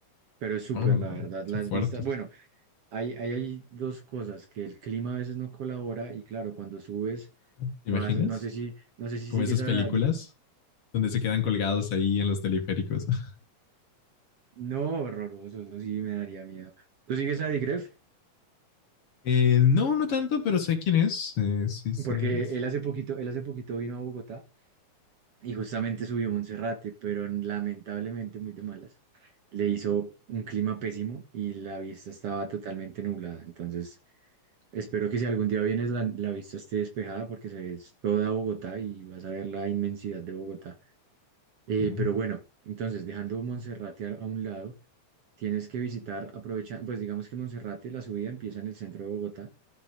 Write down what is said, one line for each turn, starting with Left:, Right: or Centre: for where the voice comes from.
Right: Pero es súper,
Left: No, no,
Right: la verdad,
Left: está
Right: las
Left: fuerte.
Right: vistas.
Left: esto.
Right: Bueno, Hay, hay, hay dos cosas, que el clima a veces no colabora y claro, cuando subes,
Left: ¿Te
Right: vas,
Left: imaginas?
Right: no sé si, no sé si
Left: Como
Right: sigues
Left: esas
Right: a...
Left: películas
Right: Di-
Left: donde se quedan colgados ahí en los teleféricos. <laughs>
Right: No, horroroso, eso sí me daría miedo. ¿Tú sigues a Digref?
Left: Eh, no, no tanto, pero sé quién es. Eh, sí, sé.
Right: Porque
Left: s-
Right: él hace poquito, él hace poquito vino a Bogotá y justamente subió a Monserrate, pero lamentablemente muy de malas. Le hizo un clima pésimo y la vista estaba totalmente nublada. Entonces, espero que si algún día vienes la, la vista esté despejada porque se ve toda Bogotá y vas a ver la inmensidad de Bogotá. Eh,
Left: No,
Right: pero bueno, entonces dejando Monserrate a, a un lado, tienes que visitar, aprovecha, pues digamos que Monserrate, la subida empieza en el centro de Bogotá.